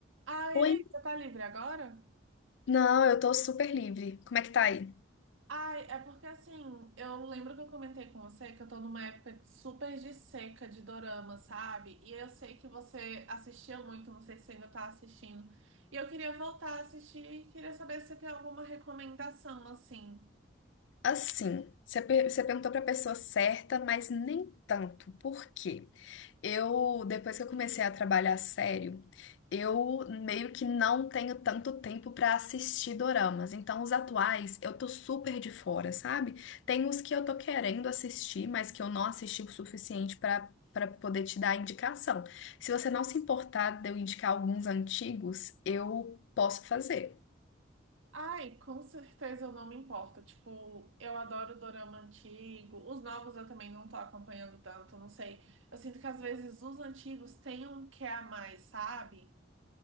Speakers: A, on the right; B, on the left.
A: Ah, e
B: Oi?
A: aí, você tá livre agora?
B: Não, eu tô super livre. Como é que tá aí?
A: Ai, é porque assim, eu lembro que eu comentei com você que eu tô numa época de- super de seca de dorama, sabe? E eu sei que você assistia muito, não sei se você ainda tá assistindo. E eu queria voltar a assistir e queria saber se você tem alguma recomendação, assim.
B: Assim, você per- você perguntou pra pessoa certa, mas nem tanto. Por quê? Eu, depois que eu comecei a trabalhar sério, eu meio que não tenho tanto tempo pra assistir doramas. Então, os atuais, eu tô super de fora, sabe? Tem os que eu tô querendo assistir, mas que eu não assisti o suficiente pra para poder te dar indicação. Se você não se importar de eu indicar alguns antigos, eu posso fazer.
A: Ai, com certeza eu não me importo. Tipo, eu adoro dorama antigo. Os novos eu também não tô acompanhando tanto, não sei. Eu sinto que às vezes os antigos têm um que a mais, sabe?